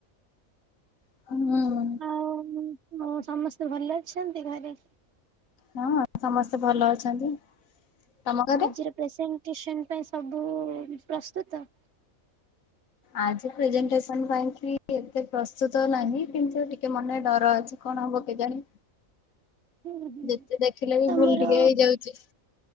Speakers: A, on the left (about 70°); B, on the right (about 55°).
A: ହୁଁ।
B: ଆଉ ହଉ ସମସ୍ତେ ଭଲ ଅଛନ୍ତି ଘରେ?
A: ହଁ ସମସ୍ତେ ଭଲ ଅଛନ୍ତି। ତମ ଘରେ
B: ଆଜିର ପ୍ରେଜେଣ୍ଟେସନ ପାଇଁ ସବୁ ପ୍ରସ୍ତୁତ।
A: ଆଜି ପ୍ରେଜେଣ୍ଟେଟେସନ ପାଇଁ କି ଏତେ ପ୍ରସ୍ତୁତ ନାହିଁ କିନ୍ତୁ ଟିକେ ମନେ ଡର ଅଛି। କଣ ହବ କେଜାଣି?
B: ହୁଁ <unintelligible>
A: ଯେତେ ଦେଖିଲେ ବି
B: ତମର।
A: ଭୁଲ ଟିକେ ହେଇଯାଉଛି।